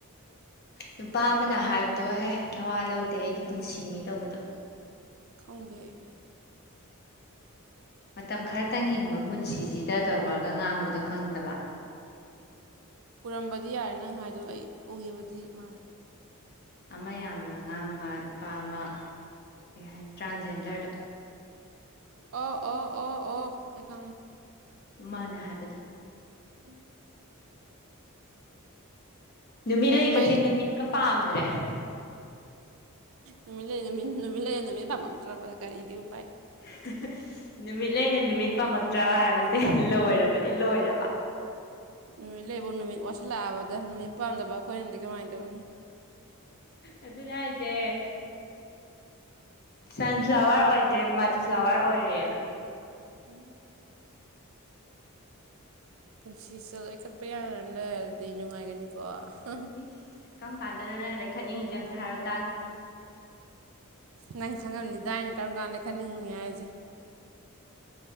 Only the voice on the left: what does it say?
ꯅꯨꯄꯥ ꯑꯃꯅ ꯍꯥꯏꯕꯗꯣꯍꯦ ꯅꯋꯥ ꯂꯧꯗꯦ ꯑꯩꯒꯤ ꯄꯨꯟꯁꯤꯅꯤ ꯇꯧꯕꯗꯣ
ꯃꯇꯝ ꯈꯔꯇꯪ ꯍꯤꯡꯕ ꯄꯨꯟꯁꯤꯁꯤꯗ ꯇꯧꯔꯒ ꯉꯥꯡꯕꯗꯣ ꯈꯪꯗꯕ
ꯑꯃ ꯌꯥꯝꯅ ꯉꯥꯡꯕ ꯅꯨꯄꯥ ꯑꯃ ꯀꯩ ꯍꯥꯏꯅꯤ ꯇ꯭ꯔꯥꯟꯖꯦꯟꯗꯔꯗꯣ
ꯃꯥꯅ ꯍꯥꯏꯕꯗꯣ
ꯅꯨꯃꯤꯠ
ꯂꯩꯒꯁꯦ
ꯅꯨꯃꯤꯠꯀ ꯄꯥꯝꯗ ꯇ꯭ꯔꯦ
<unintelligible> ꯅꯨꯃꯤꯠ ꯂꯩꯅ ꯅꯨꯃꯤꯠ ꯄꯥꯝꯃꯛꯇ꯭ꯔꯕ ꯍꯥꯏꯕꯁꯦ ꯂꯣꯏꯔꯕꯅꯤ ꯂꯣꯏꯔꯕ꯫
ꯑꯗꯨꯅꯦ ꯍꯥꯏꯁꯦ ꯁꯟꯐ꯭ꯂꯥꯋꯔ ꯑꯣꯏꯗ꯭ꯔꯦ ꯃꯗꯐ꯭ꯂꯥꯋꯔ ꯑꯣꯏꯔꯦ ꯑꯗꯣ꯫
ꯏꯁ ꯀꯔꯝ ꯀꯥꯟꯗꯅꯣ ꯅꯪ ꯂꯩꯈꯠꯅꯤꯡꯉꯤꯁꯦ ꯑꯝꯇ ꯍꯥꯏꯔꯣ ꯇꯥꯒꯦ꯫